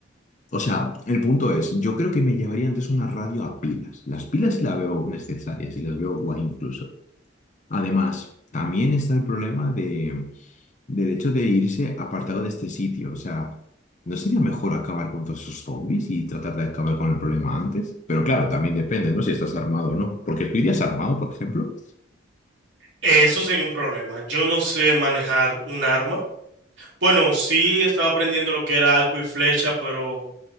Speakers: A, on the left (about 40°); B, on the right (about 75°).
A: O sea, el punto es, yo creo que me llevaría antes una radio a pilas. Las pilas sí las veo necesarias y las veo guay incluso. Además, también está el problema de, del hecho de irse apartado de este sitio. O sea, ¿no sería mejor acabar con todos esos zombies y tratar de acabar con el problema antes? Pero claro, también depende, ¿no? Si estás armado o no. Porque tú irías armado, por ejemplo.
B: eso sería un problema. Yo no sé manejar un arma. Bueno, sí estaba aprendiendo lo que era arco y flecha, pero